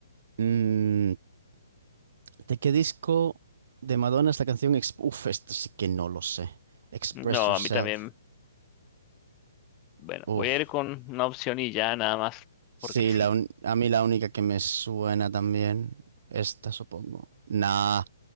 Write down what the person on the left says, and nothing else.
No,
a mí también. Bueno,
voy a ir con una opción y ya nada más
porque sí.